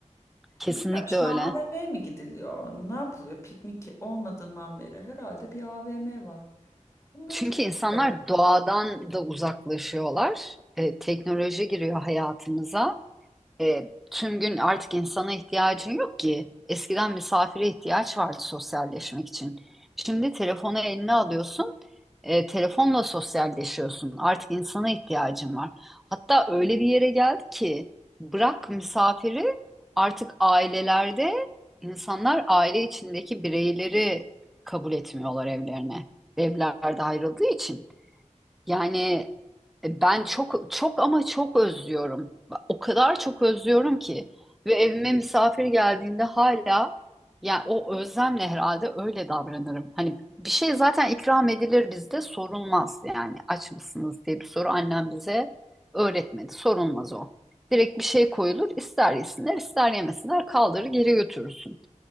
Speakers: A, in the centre; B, on the left (about 25°).
A: kesinlikle
B: E bilmiyorum. Şimdi
A: öyle.
B: AVM'ye mi gidiliyor? Ne yapılıyor? Piknik olmadığından beri herhalde bir AVM var. Ama böyle
A: Çünkü
B: çok
A: insanlar
B: fotoğraf.
A: doğadan da uzaklaşıyorlar. E, teknoloji giriyor hayatımıza. E, tüm gün artık insana ihtiyacın yok ki. Eskiden misafire ihtiyaç vardı sosyalleşmek için. Şimdi telefonu eline alıyorsun, e, telefonla sosyalleşiyorsun. Artık insana ihtiyacın var. Hatta öyle bir yere geldi ki bırak misafiri artık ailelerde insanlar aile içindeki bireyleri kabul etmiyorlar evlerine. Evlerde ayrıldığı için. Yani e, ben çok çok ama çok özlüyorum. O kadar çok özlüyorum ki ve evime misafir geldiğinde hala yani o özlemle herhalde öyle davranırım. Hani bir şey zaten ikram edilir bizde sorulmaz yani aç mısınız diye bir soru annem bize öğretmedi. Sorulmaz o. Direkt bir şey koyulur, ister yesinler, ister yemesinler, kaldırır geri götürürsün.